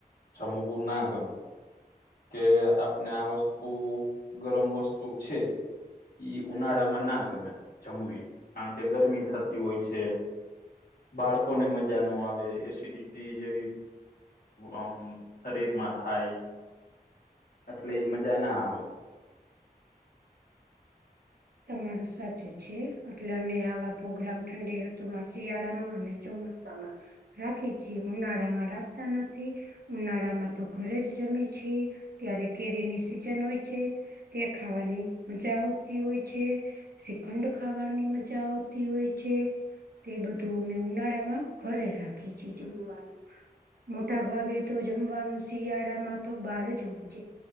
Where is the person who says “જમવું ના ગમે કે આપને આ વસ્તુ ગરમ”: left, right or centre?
Left